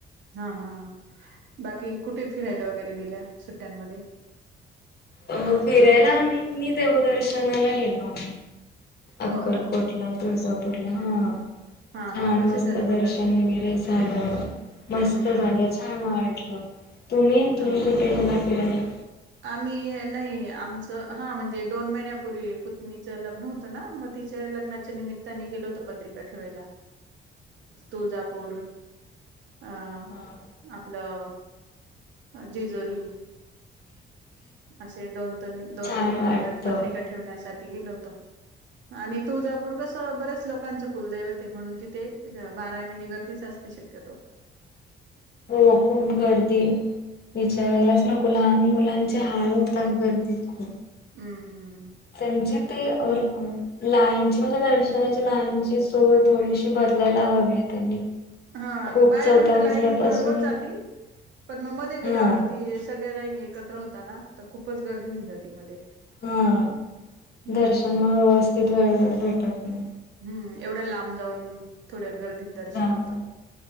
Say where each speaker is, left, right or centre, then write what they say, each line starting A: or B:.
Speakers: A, on the right (about 70°); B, on the left (about 55°).
A: हा हा बाकी कुठे फिरायला वगैरे गेल्या सुट्ट्यांमध्ये
B: अ फिरायला आम्ही म देवदर्शनाला गेलो. अक्कलकोटला
A: हो का
B: तुळजापूरला हा.
A: हा
B: छान
A: हा कशी
B: मस्त
A: झाली मग
B: दर्शन वगैरे झालं मस्त
A: हम्म हम्म
B: झालं
A: हम्म
B: छान वाट तुम्ही तुम्ही
A: हा
B: कुठ गेला फिरायला
A: आम्ही नाही आमचं हा म्हणजे दोन महिन्यापूर्वी पुत्नीच लग्न होतं ना म ती च्या निमितता गेल होत पत्रिका ठेवायला तुळजापूर अं
B: हा.
A: आपलं जेजुरी असे दोन दोन
B: छान
A: तीन मंदिरात
B: वाटतं.
A: पत्रिका ठेवण्यासाठी गेलो होतो आणि तुळजापूर कस बर्याच लोकांच कुलदैवते म्हणून तिथे बारावी निगरतीच अस शक्यतो
B: <inaudible> हो खूप
A: हम्म
B: गर्दी विचारायलाच नको लहान मुलांचे हाल होतात गर्दीत खूप
A: हम् हम्
B: संचितय अल अल लाईनची म्हणजे दर्शनाची लाईनची सोय थोडीशी बदलायला हवी आहे त्यांनी
A: हा
B: खूप
A: बाहेरून
B: चौथ्या
A: तर
B: मजल्यापासून
A: लाईन बरोबर जातील पण मग मध्ये गेल्यावरता
B: हा
A: ती सगळ्या लाईन एकत्र होता ना तर खूपच गर्दी होऊन जाती मध्ये
B: हा
A: हम्म
B: दर्शन
A: हम्म
B: मग व्यवस्थित वेळेवर भेटत नाही
A: हम्म एवढं लांब जाऊन थोड्या गर्दीत दर्शन
B: जाऊन
A: होत